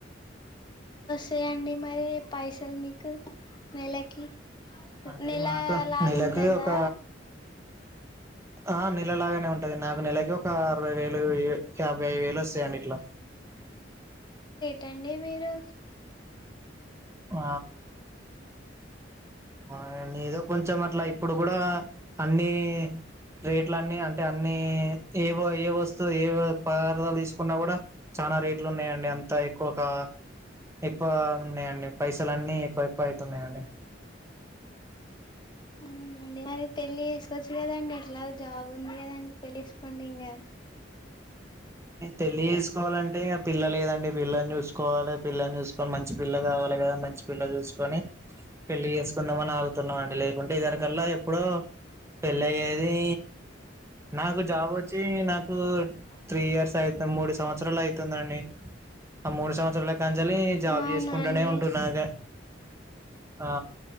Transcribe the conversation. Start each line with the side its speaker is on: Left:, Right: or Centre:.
Left: చేయండి మరి పైసలు మీకు నెలకి
Right: అంటే
Left: నెల
Right: మాకు
Left: లాగుంటదా
Right: నెలకి ఒక ఆ నెలలాగానే ఉంటాది నాకు నెలకి ఒక అరవై వేలు యాభై వేలు వస్తాయండి ఇట్లా
Left: సండే మీరు
Right: ఆ అవుండి ఏదో కొంచెం అట్లా ఇప్పుడు గూడా అన్ని రేట్లన్ని అంటే అన్ని ఏవో ఏ వస్తువు ఏవో పదార్థాలు తీసుకున్నా కూడా చాలా రేట్లు ఉన్నాయండి అంత ఎక్కువ కా ఎక్కువ ఉన్నాయండి పైసలున్ని ఎక్కువ ఎక్కువ అయితున్నాయండి
Left: అవున అండి మరి పెళ్లి చేసుకోవచ్చు కదండి ఎట్లా జాబ్ ఉంది గదండి పెళ్లి చేసుకోండి ఇంగ
Right: పెళ్లి చేసుకోవాలంటే ఇంక పిల్ల లేదండి పిల్లని చూసుకోవాలి పిల్లని చూసుకొని మంచి పిల్ల కావాలి కదా మంచి పిల్ల చూసుకొని పెళ్లి చేసుకుందాంమని ఆగుతున్నాం అండి లేకుంటే యిదవరి కల్లా ఎప్పుడో పెళ్ళయ్యేది నాకు జాబ్ వచ్చి నాకు
Left: <inaudible>
Right: త్రీ ఇయర్స్ అయితు మూడు సంవత్సరాలు అవుతుందండి ఆ మూడు సంవత్సరాల కాజలి జాబ్
Left: అవునా
Right: చేసుకుంటూనే
Left: అండి
Right: ఉంటున్నాగా ఆ